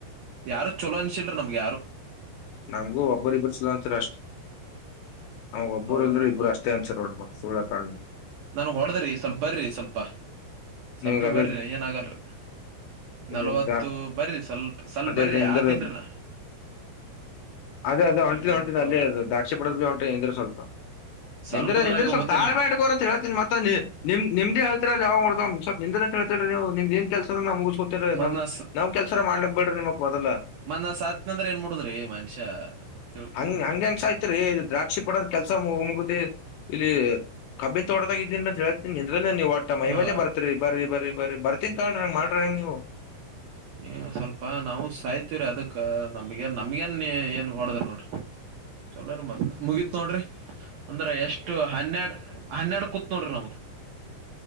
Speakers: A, on the right (about 70°); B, on the left (about 75°).
A: ಯಾರು ಚಲೋ ಅನ್ಸಿಲ್ರಿ ನಮ್ಗೆ ಯಾರು.
B: ನಮಗೂ ಒಬ್ಬರಿಬ್ಬರು ಚೊಲೊ ಅನ್ಸ್ಯಾರಿ ಅಷ್ಟ್. ನಂಗ್ ಒಬ್ಬರು
A: ಹೌದ್ರಿ
B: ಇಲ್ಲ ಇಬ್ರು ಅಷ್ಟೇ ಅನ್ಸರೋಡ ಸುಳ್ಳ ಯಾಕ್ ಹೇಳ್ಲಿ.
A: ನಂಗ್ ಹೊಡೆಡದ್ರಿ ಸ್ವಲ್ಪ ಬರಿ ಸ್ವಲ್ಪ. ಸ್ವಲ್ಪೇ
B: ನಿಮ್ಗ ಅದೇ
A: ಬರಿ ಏನ ಆಗಲ್ರಿ
B: ಅದೇ
A: ನಲ್ವತ್ತು ಬರಿ ಸ್ವಲ್ಪ. ಸ್ವಲ್ಪ ಬರ್ರಿ
B: ಅದೇ ನಿಂದ್ರ
A: ಆತಿನ್ರಿ ನಾ.
B: ಅದೇ ಅದ
A: ನೀವೇನಪ
B: ಒಂಟಿದ್ ಒಂಟಿದ ಅಲ್ಲೇ ಇರ್ರಿ <unintelligible> ಒಂಟ್ರರು ಸ್ವಲ್ಪ.
A: ಸ್ವಲ್ಪದ್ರಾಗ
B: ನಿಂದ್ರೆ ನಿಂದ್ರೆ ಸ್ವಲ್ಪ
A: ಹೋತನ್ರಿ
B: ತಾಳ್ಮೆ ಇಟಗೋರಿ ಅಂತ್ ಹೇಳ್ತಿನಿ ಮತ್ತ ನೀ ನಿಮ್ಮ್ದೇಳ್ತಿರಲ್ಲ ಯಾವ್ ಮಾಡೋ್ ಸ್ವಲ್ ನಿ ಅಂತ ಹೇತಿರಿ ನೀವುಮ್ದ ಏ ಕೆಲ್ಸ ಅ ಮುಗಿಸಕೋತರಿ್.
A: ಮತ್
B: ನಾಮ್ಮ
A: ನಾ
B: ಕೆಲ್ಸರ ಮಾಡ್ಲಕ್ ಬಿಡ್ರಿ ನಿಮ್ಕ್ ಮೊದಲ್ಲ
A: ಮನ್ನ ಸಾತ್ನಂದ್ರೆ ಏನ್ ಮೂಡುದ್ರಿ ಮನುಷ್ಯ. ತಿಳ್ಕೊಬೇಕ್ರಿ
B: ಹಂಗ ಹಂಗ್ಯಂಗ್ ಸಾಯ್ತಿರಿ ಇಲ್ಲಿ ದ್ರಾಕ್ಷಿ ಪಡೋರ್ ಕೆಲ್ಸ ಮುಗ ಮುಗ್ದಿ ಇಲ್ಲಿ. ಕಬ್ಬಿನ್ ತೋಟದಾಗ ಇಡಿ ಅಂತ್ ಹೇಳತಿನಿ ನಿಂದ್ರಲ್ಲೇ ನೀವು ಒಟ್ಟ ಮೈಮೇಲೆ
A: ಹಾ
B: ಬರ್ತೀರಿ ಬರೀ. ಬರಿ ಬರಿ ಬರ್ತೀನ್ ತಾಳ್ರ ಹೆಂಗ ಮಾಡ್ರಿ ಹೆಂಗ್ ನೀವು.
A: ಹ ಸ್ವಲ್ಪ ನಾವು ಸಾಯ್ತಿೀವ್ರೀ ಅದಕ್ ನಮ್ಗೆ ನಮ್ಗೇನ್ ಏನ್ ಹೊಡದ್ರು ನೋಡ್ರಿ. ಚಲೋರ ಮತ್ ಮುಗೀತ್ ನೋಡ್ರಿ. ಅಂದ್ರ ಎಷ್ಟು ಹನ್ನೆರಡು ಹನ್ನೆರಡು ಕೂತ್ ನೋಡ್ರಿ ನಮ್ದ.